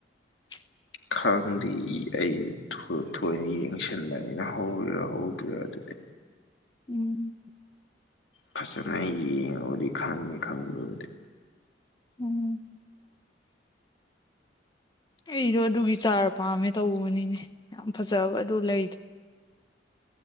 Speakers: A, on the left; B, on the left.
A: <inaudible>
B: ꯈꯪꯗꯤ ꯑꯩ ꯊꯣꯏ ꯊꯣꯢꯅ ꯌꯦꯡꯁꯟꯗꯅꯤꯅ ꯍꯧꯔꯤꯔꯥ ꯍꯧꯗ꯭ꯔꯤꯔꯥ ꯗꯨꯗꯤ
A: ꯎꯝ
B: ꯐꯖꯅ ꯌꯦꯡꯉꯕꯨꯗꯤ ꯈꯪꯅꯤ ꯈꯪꯕꯕꯨꯗꯤ
A: ꯎꯝ ꯑꯩꯗꯣ ꯑꯗꯨꯒꯤ ꯆꯥꯔ ꯄꯥꯝꯃꯦ ꯇꯧꯕꯅꯤꯅꯦ ꯌꯥꯝ ꯐꯖꯕ ꯑꯗꯨ ꯂꯩꯗꯣ